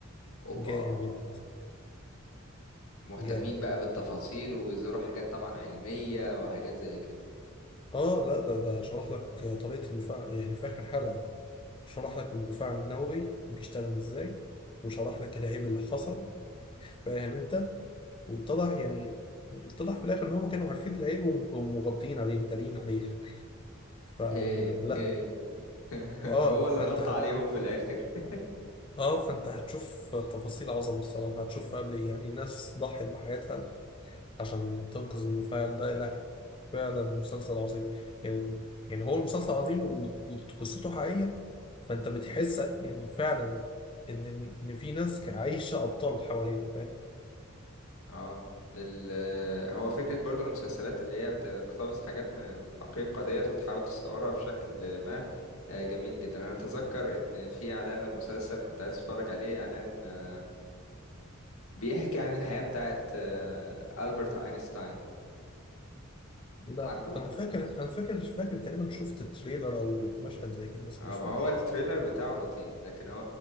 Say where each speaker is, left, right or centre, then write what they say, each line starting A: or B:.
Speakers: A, on the left (about 80°); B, on the left (about 25°).
A: اوبا
B: جامد
A: مهتمين
B: جامد
A: بقى بالتفاصيل وبيظهروا حاجات طبعا علمية وحاجات زي كده
B: اه لا ده ده شرح لك طريقة المفاعل يعني في اخر حلقة شرح لك المفاعل النووي بيشتغل ازاي وشرح لك الهيب اللي حصل فاهم انت واتضح يعني اتضح في الاخر ان هم كانوا عارفين العيب ومغطيين عليه مدارين عليه يعني فلا
A: <laughs> <laughs>
B: اه
A: هو اللي
B: فانت
A: غطى
B: هت...
A: عليهم في الاخر <laughs>
B: اه فانت هتشوف تفاصيل عظمه الصراحه هتشوف قبل ايه يعني ناس ضحت بحياتها عشان تنقذ المفاعل ده لا فعلا مسلسل عظيم يعني يعني هو المسلسل عظيم و- وقصته حقيقيه فانت بتحس يعني فعلا ان ان في ناس عايشه ابطال حوالينا فاهم
A: اه ال آه، هو فكرة برضو المسلسلات اللي هي بتقتبس حاجات من الحقيقة ديت وتحاول تصورها بشكل ما آه، جميل جدا انا اتذكر ان في اعلان لمسلسل كنت عايز اتفرج عليه اعلان آه، بيحكي عن الحياة بتاعت آه، ألبرت اينشتاين
B: لا
A: عارفه
B: انا فاكر انا فاكر مش فاكر تقريبا شفت تريلر او مشهد زي كده بس
A: آه،
B: مش
A: ما
B: فاكر
A: هو التريلر بتاعه لطيف لكن هو